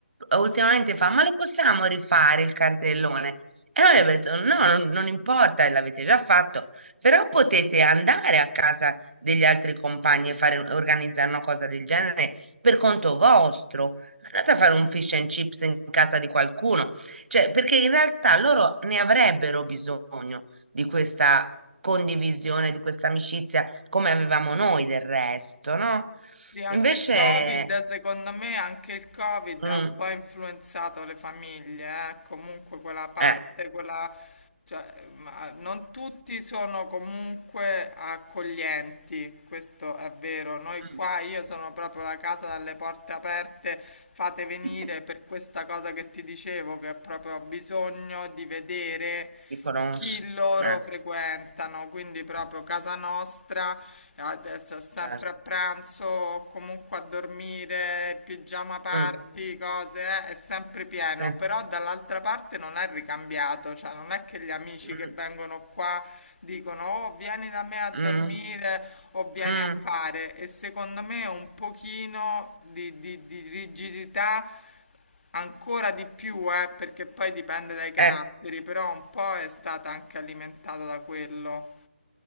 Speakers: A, on the right; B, on the left.
A: eh, ultimamente fa, ma lo possiamo rifare il cartellone? E noi abbiamo detto, no, non, non importa, l'avete già fatto, però potete andare a casa degli altri compagni e fare, organizzare una cosa del genere per conto vostro. Andate a fare un fish and chips in casa di qualcuno, cioè, perché in realtà loro ne avrebbero bisogno di questa condivisione, di questa amicizia, come avevamo noi del resto, no?
B: Sì, anche
A: Invece
B: il Covid, secondo me, anche il Covid
A: Mm,
B: ha un po' influenzato le famiglie, eh. Comunque quella parte,
A: eh,
B: quella, cioè, ma non tutti sono comunque accoglienti, questo è vero. Noi
A: mm,
B: qua, io sono proprio la casa dalle porte aperte, fate venire
A: <laughs>
B: per questa cosa che ti dicevo, che è proprio ho bisogno di vedere
A: ti conosco.
B: chi loro
A: Eh,
B: frequentano, quindi proprio casa nostra Adesso sempre
A: certo.
B: a pranzo, o comunque a dormire, pigiama party,
A: Mm,
B: cose, eh, è sempre pieno,
A: sì.
B: però dall'altra parte non è ricambiato, cioè non è che gli amici
A: Mm,
B: che vengono qua dicono oh vieni da me a dormire
A: mm,
B: o vieni
A: mm,
B: a fare e secondo me un pochino di, di- di rigidità ancora di più, eh, perché poi dipende dai caratteri,
A: eh,
B: però un po' è stata anche alimentata da quello.